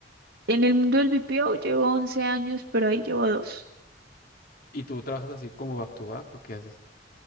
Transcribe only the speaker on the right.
En el mundo del BPO llevo 11 años, pero ahí llevo dos.